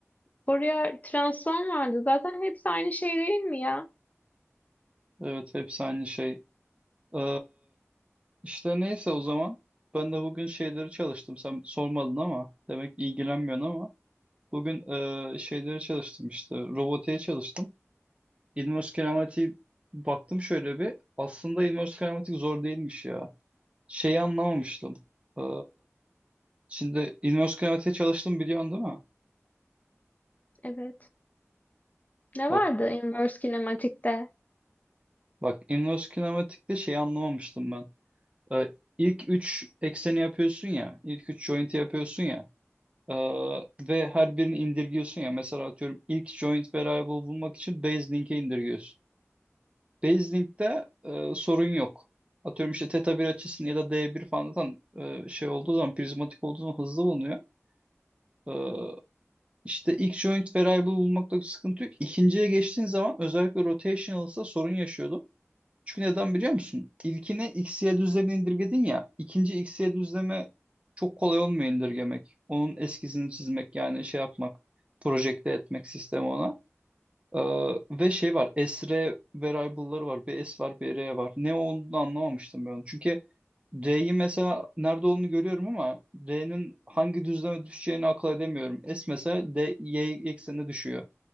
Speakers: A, on the left; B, on the right.
A: Fourier transform vardı. Zaten hepsi aynı şey değil mi ya?
B: Evet hepsi aynı şey. Ee, işte neyse o zaman. Ben de bugün şeyleri çalıştım. Sen sormadın ama demek ilgilenmiyorsun ama. Bugün e, şeyleri çalıştım işte. Robotiğe çalıştım. İlmiyoruz Keramatiği baktım şöyle bir. Aslında İlmiyoruz Keramatik zor değilmiş ya. Şeyi anlamamıştım. Ee, şimdi İlmiyoruz Keramatik'e çalıştım biliyorsun değil mi?
A: Evet. Ne
B: Bak,
A: vardı inverse kinematikte?
B: bak İlmiyoruz Keramatik'te şeyi anlamamıştım ben. Ee, ilk 3 ekseni yapıyorsun ya. ilk 3 joint'i yapıyorsun ya. Ee, ve her birini indirgiyorsun ya. Mesela atıyorum ilk joint variable bulmak için base link'e indirgiyorsun. Baseling'de e, sorun yok. Atıyorum işte teta bir açısını ya da d bir falan zaten e, şey olduğu zaman prizmatik olduğu zaman hızlı bulunuyor. E, işte ilk joint variable bulmakta sıkıntı yok. İkinciye geçtiğin zaman özellikle rotational'sa sorun yaşıyordum. Çünkü neden biliyor musun? İlkini x'ye düzlemini indirgedin ya. İkinci x'ye düzleme çok kolay olmuyor indirgemek. Onun eskizini çizmek yani şey yapmak. Projekte etmek sistemi ona. Ee, ve şey var. Esre variable'ları var. Bir S var, bir R var. Ne olduğunu anlamamıştım ben. Çünkü R'yi mesela nerede olduğunu görüyorum ama R'nin hangi düzleme düşeceğini akıl edemiyorum. S mesela D, Y eksenine düşüyor.